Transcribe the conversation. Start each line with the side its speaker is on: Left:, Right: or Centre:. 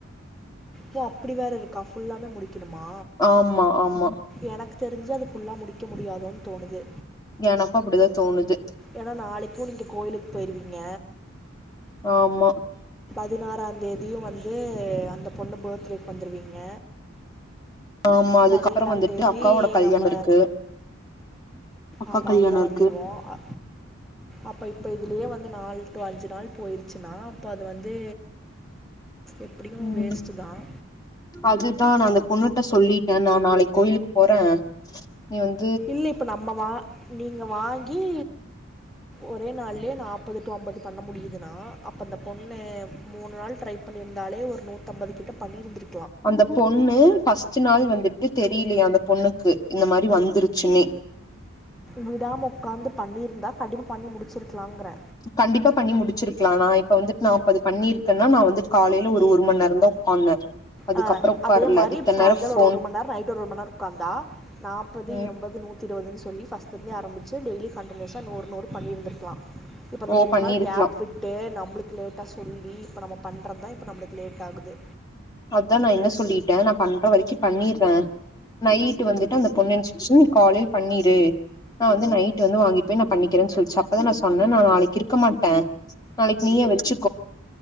Centre: ஏ அப்பிடி வேற இருக்கா ஃபுல்லாமே முடி க்கணுமா?
Left: ஆமா ஆமா
Centre: என க்கு தெரிஞ்சு அது ஃபுல்லா முடி க்க முடியாதோன்னு தோணுது.
Left: எனக்கு அப்டிதா தோணுது
Centre: ஏன்னா நாளைக்கு நீங்க கோயிலுக்கு போயிருவீங்க.
Left: ஆமா
Centre: பதினாறாந் தேதியு வந்து அந்தப் பொண்ணு பர்த்டேக்கு வந்துருவீங்க
Left: ஆமா அதுக்கப்புறோ
Centre: பதினேழாந்
Left: வந்துட்டு
Centre: தேதி
Left: அக்காவோட கல்யாணோ
Centre: நம்ம
Left: இருக்கு அக்கா
Centre: ஆமா
Left: கல்யாணோ
Centre: அங்க வந்துருவோ.
Left: இருக்கு
Centre: அ அப்ப இப்ப இதுலயே வந்து நால் டு அஞ்சு நாள் போயிருச்சுனா அப்ப அது வந்து எப்படியும்
Left: ம்
Centre: வேஸ்ட்டு தான்
Left: அதுதா நா அந்த பொண்ணு ட்ட சொல்லிட்டே நா நாளைக்கி கோயிலுக் போறே நீ வந்
Centre: இல்ல இப்ப நம்ம வா நீங்க வாங்கி ஒரே நாள்லயே நாப்பது டு அம்பது பண்ண முடியு துனா அப்ப அந்த பொண்ணு மூணு நாள் ட்ரை பண்ணிருந்தாலே ஒரு நூத்தம்பது கிட்ட பண்ணியிருந்துரு
Left: அந்தப் பொண்ணு ஃபஸ்ட் நாள் வந்துட்டு தெரியலையா அந்த பொண்ணுக்கு இந்த மாரி வந்துரு க்குன்னே
Centre: விடாம உக்காந்து பண்ணிருந்தா கண்டிப்பா பண்ணி முடிச்சிருக்கலாங்கறே
Left: கண்டிப்பா பண்ணி முடிச்சிருக்கலா நா இப்ப வந்துட் நாப்பது பண்ணியிருக்கேன்னா நா வந்துட் காலைல ஒரு ஒரு மணி நேரந்தா உக்காந்தே அதுக்கப்புறோ
Centre: ஆ
Left: உக்காரல
Centre: அதே மாரி
Left: இத்தன்
Centre: இப்ப சாயங்காலோ
Left: நேரோ ஃபோன்
Centre: ஒரு ஒரு மணி நேரோ நைட் ஒரு ஒரு மணி நேரோ உக்காந்தா நாப்பது
Left: ம்
Centre: எம்பது நூத் தி இருவதுன்னு சொல்லி ஃபஸ்ட் இருந்தே ஆரம்பிச்சு டெய்லி கண்டினியூஸா நூறு நூறு பண்ணி இருந்திருக்கலா இப்ப அந்த
Left: ஓ
Centre: மூணு
Left: பண்ணிருக்கலா
Centre: நாள் கேப் விட்டு ந நம்பளுக்கு லேட்டா சொல்லி இப்ப நம்ப பண்றது தா இப்ப நம்பளுக்கு லேட் ஆகுது
Left: அதா நா என்ன சொல்லிட்டே நா பண்ற வரைக்கு பண்ணிறே நைட்டு வந்துட்டு அந்த பொண்ணு ஏஞ்ச் ச்சு காலையல பண்ணிரு நா வந்து நைட் வந்து வாங்கி போய் நா பண்ணிக்கிறே சொல்ச்சு அப்பதா நா சொன்னே நா நாளைக்கு இருக்க மாட்டே நாளைக்கு நீயே வெச்சு